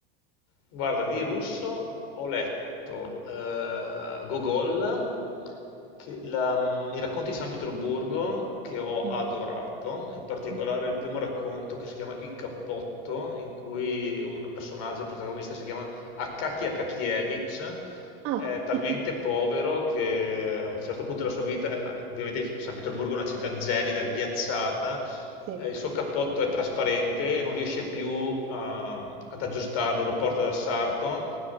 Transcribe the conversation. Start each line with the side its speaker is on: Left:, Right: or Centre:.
Left: Guarda, di russo ho letto eh, Gogol, che- la- mm, i racconti di San Pietroburgo che ho
Right: Mm,
Left: adorato, in particolare
Right: mhm.
Left: il primo racconto che si chiama Il cappotto, in cui un personaggio, il protagonista, si chiama Akaki Akakievich,
Right: Ah,
Left: è talmente
Right: <laughs>
Left: povero che a un certo punto della sua vita, ovviamente San Pietroburgo è una città gelida, ghiacciata,
Right: sì.
Left: eh, il suo cappotto è trasparente e non riesce più a- ad aggiustarlo, lo porta dal sarto